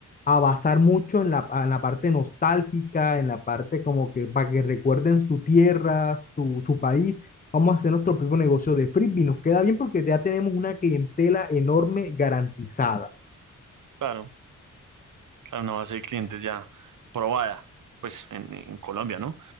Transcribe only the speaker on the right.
Claro, claro, una base de clientes ya probada, pues en, en Colombia, ¿no?